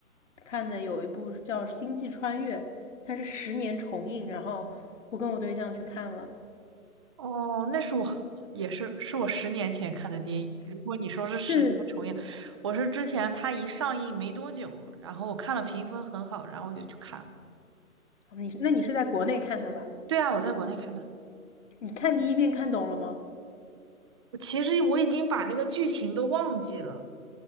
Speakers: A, on the left; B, on the right.
A: 看的有一部叫《星际穿越》，它是十年重映，然后我跟我对象去看了。
B: 哦，那是我也是是我十年前看的电影。如果你说是十年重映，
A: 是，
B: 我是之前它一上映没多久，然后我看了评分很好，然后我就去看了。
A: 你那你是在国内看的吧？
B: 对啊，我在国内看的。
A: 你看第一遍看懂了吗？
B: 我其实我已经把那个剧情都忘记了。